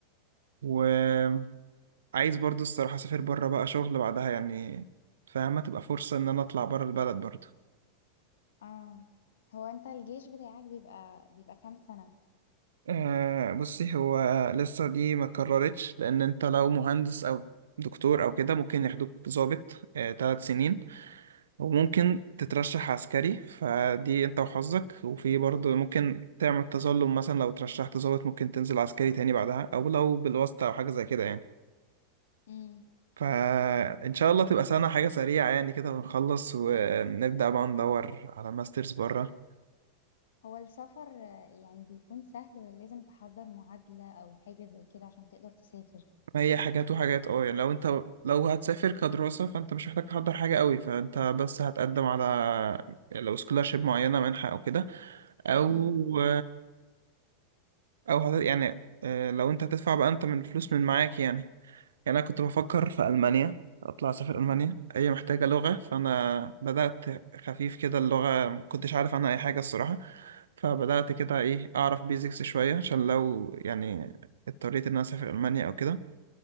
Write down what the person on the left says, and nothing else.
اه هو انت الجيش بتاعك بيبقى بيبقى كام سنة
امم
هو السفر آه، يعني بيكون سهل ولا لازم تحضر معادلة او حاجة زي كده عشان تقدر تسافر
امم
مم.
امم